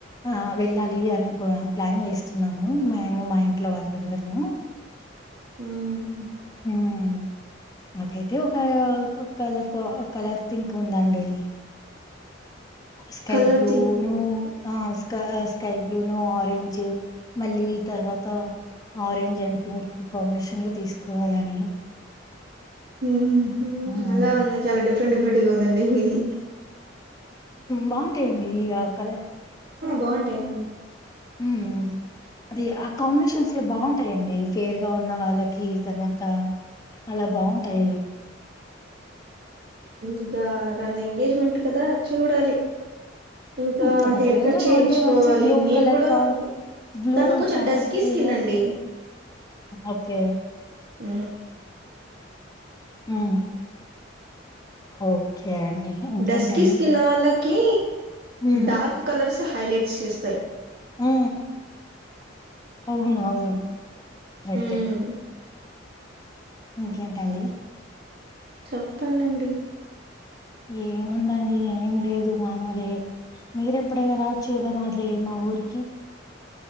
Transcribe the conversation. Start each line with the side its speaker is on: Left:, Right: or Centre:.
Left: ఆ వెళ్ళాలి అని ఒక ప్లాన్ చేస్తున్నాము మేము మా ఇంట్లో వాళ్ళందరము
Right: హ్మ్
Left: హ్మ్ నాకైతే ఒక కలర్ ఒక కలర్ థింక్ ఉందండి స్కై
Right: కలర్
Left: బ్లూ
Right: థింగ్
Left: ను ఆ స్క స్కై బ్లూ ను ఆరెంజ్ మళ్ళీ తర్వాత ఆరెంజ్ అండ్ పింక్ కాంబినేషన్ లో తీసుకోవాలని
Right: ఊహూ
Left: హ్మ్
Right: అలా ఉంది చాలా డిఫరెంట్ డిఫరెంట్ డిఫరెంట్ట్గా ఉందండి మీది
Left: బాగుంటాయండి ఈ ఆక్కళ
Right: బాంట అండి
Left: ఉ అది ఆ కాంబినేషన్స్ లో బాగుంటాయండి ఫేర్ గా ఉన్న వాళ్ళకి తర్వాత అలా బాగుంటాయి
Right: ఇంకా దాని ఎంగేజ్మెంట్ కదా చూడాలి ఇంకా
Left: తన
Right: హెయిర్
Left: ఫేవ
Right: కట్
Left: గా
Right: చేయించుకోవాలి
Left: బాగుంటాయి మంచి బ్లూ
Right: నేను
Left: కలర్
Right: కూడా
Left: కావ
Right: ఇంకా
Left: బ్లూ
Right: తను కొంచెం
Left: ప్యారెట్
Right: డస్కీ
Left: గ్రీన్
Right: స్కిన్ అండి
Left: ఓకే
Right: ఆ
Left: ఆ ఓకే అండి. ఇంకేంటండి?
Right: దస్కిస్కిన్నా వా క
Left: హ్మ్.
Right: డార్క్ కలర్ స హైలైట్స్ చేస్తాయి
Left: ఆ అవును అవును కరెక్ట్
Right: ఉమ్
Left: ఇంకేంటండి
Right: చెప్పాలండి
Left: ఏముందండి ఏమి లేదు మామూలే మీర ఎప్పుడైనా రావచ్చు కదా మాది మా ఊరికి